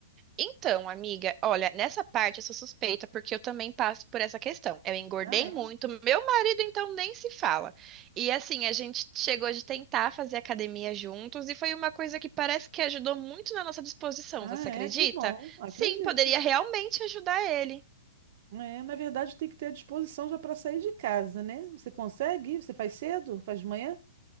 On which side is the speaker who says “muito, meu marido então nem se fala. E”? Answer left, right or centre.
Right